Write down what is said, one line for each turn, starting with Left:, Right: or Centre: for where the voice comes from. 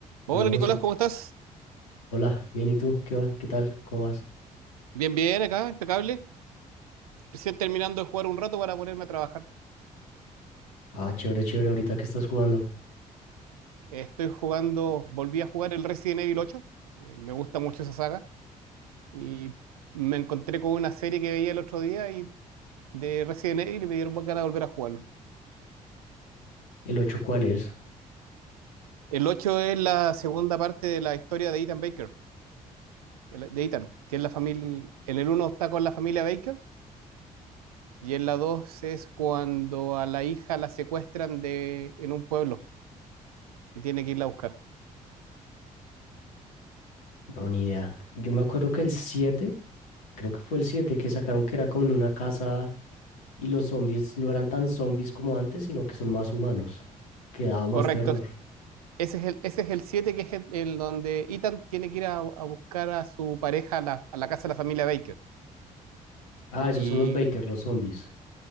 Right: Hola
Left: Hola José,
Right: Nicolás, ¿cómo estás?
Left: hola, bien, ¿y tú? ¿Qué va? ¿Qué tal? ¿Cómo vas?
Right: Bien, bien, acá, impecable. Recién terminando de jugar un rato para ponerme a trabajar.
Left: Ah, chévere, chévere, ahorita que estás jugando.
Right: Eh, Estoy jugando, volví a jugar el Resident Evil ocho. Eh, Me gusta mucho esa saga. Y me encontré con una serie que veía el otro día y de Resident Evil y me dieron más ganas de volver a jugarlo.
Left: ¿El 8, cuál es?
Right: El 8 es la segunda parte de la historia de Ethan Baker, de la- de Ethan, que es la familia. En el uno está con la familia Baker y en la 2 es cuando a la hija la secuestran de, en un pueblo y tiene que irla a buscar.
Left: No, ni idea. Yo me acuerdo que el 7, creo que fue el 7, que sacaron que era como en una casa y los zombies no eran tan zombies como antes, sino que son más humanos. Que daba más
Right: Correcto,
Left: terror.
Right: Ese es el, ese es el siete que es el, el donde Ethan tiene que ir a, a buscar a su pareja a la, a la casa de la familia Baker.
Left: Ah, esos
Right: Y
Left: son los Baker, los zombies.